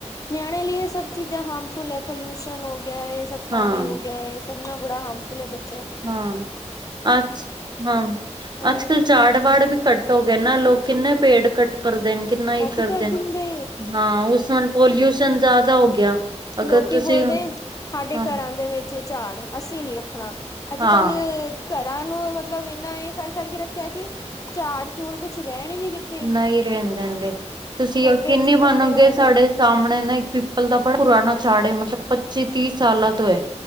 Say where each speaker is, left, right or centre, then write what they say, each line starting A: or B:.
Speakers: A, on the left (about 30°); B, on the right (about 35°).
A: ਨਿਆਣੇ ਲਈ ਸਭ ਚੀਜ਼ਾਂ ਹਾਰਮਫੁਲ ਹੈ ਪੋਲੂਸ਼ਨ ਹੋ ਗਿਆ ਹੈ ਸਭ ਪਾਣੀ
B: ਹਾਂ
A: ਹੋ ਗਿਆ ਏ। ਸਭਨਾ ਬੜਾ ਹਾਰਮੁਲ ਬੱਚ
B: ਹਾਂ ਅੱਛਾ ਹਾਂ
A: ਤਾਂ
B: ਅੱਜ
A: ਉਹਦੇ
B: ਕੱਲ੍ਹ ਜਾੜ
A: ਕਰਕੇ
B: ਵੜ ਵੀ ਕੱਟ ਹੋ ਗਏ ਨਾ ਲੋਕ ਕਿੰਨੇ ਪੇੜ ਕੱਟ ਕਰਦੇ ਨੇ ਕਿੰਨਾ
A: ਘੱਟ
B: ਕਰਦੇ
A: ਕਰ
B: ਨੇ।
A: ਦਿੰਦੇ
B: ਹਾਂ ਉਸ ਨਾਲ ਪੋਲਿਊਸ਼ਨ ਜ਼ਿਆਦਾ ਹੋ ਗਿਆ। ਅਗਰ
A: ਲੋਕੀ
B: ਤੁਸੀਂ
A: ਬੋਲਦੇ ਸਾਡੇ
B: ਹਾਂ
A: ਘਰਾਂ ਦੇ ਵਿੱਚ ਝਾੜ ਅਸੀ ਨੀ ਰੱਖਣਾ। ਅਜ
B: ਹਾਂ
A: ਕੱਲ ਘਰਾਂ ਨੂੰ ਮਤਲਬ ਇੰਨਾ ਇਹ ਕਰ ਕਰਕੇ ਰੱਖਿਆ ਕਿ ਝਾੜ ਝੂੜ ਕੁਛ ਰਹਿਣ ਹੀ ਨੀ ਦਿੱਤਾ।
B: ਨਹੀਂ ਰਹਿਣ ਦਿੰਦੇ ਤੁਸੀਂ
A: ਦੇ
B: ਕਿ
A: ਚ ਹੀ
B: ਬਨੋਗੇ
A: ਪੱਟੇ ਹੋਏ
B: ਸਾਡੇ
A: ਲੋਕ
B: ਸਾਹਮਣੇ ਨਾ ਇੱਕ ਪਿੱਪਲ ਦਾ ਪੁਰਾਣਾ ਝਾੜ ਮਤਲਬ ਪੱਚੀ ਤੀਹ ਸਾਲਾਂ ਤੋਂ ਹੈ।